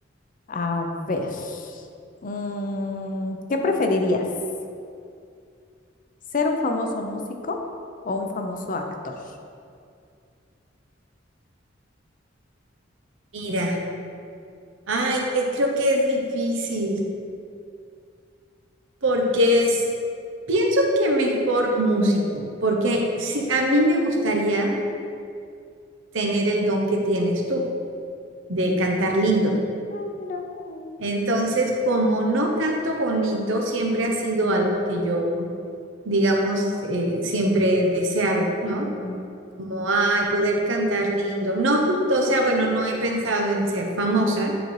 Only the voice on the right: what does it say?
Mira, ay, eh, creo que es difícil porque es, pienso que mejor músico, porque si a mí me gustaría tener el don que tienes tú de cantar lindo.
Entonces, como no canto bonito, siempre ha sido algo que yo, digamos, eh, siempre he deseado, ¿no?
Como, ay, poder cantar lindo. No justo, o sea, bueno, no he pensado en ser famosa,